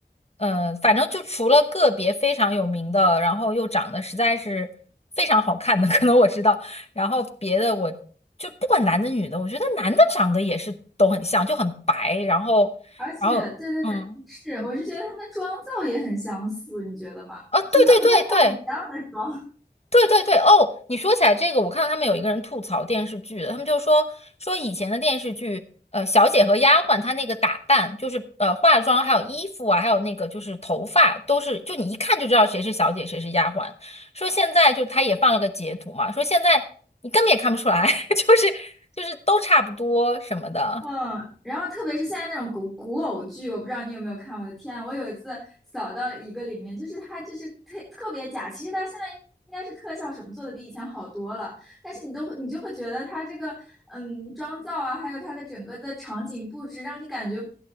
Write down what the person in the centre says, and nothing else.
而且，
对对对，
是，我是觉得他们妆造也很相似，你觉得吗？
就是他们都化一样的妆。
嗯，然后特别是现在那种古古偶剧，我不知道你有没有看。我的天啊，我有一次扫到一个里面，就是它就是特特别假。其实它现在应该是特效什么做的比以前好多了，但是你都会你就会觉得它这个嗯妆造啊，还有它的整个的场景布置，让你感觉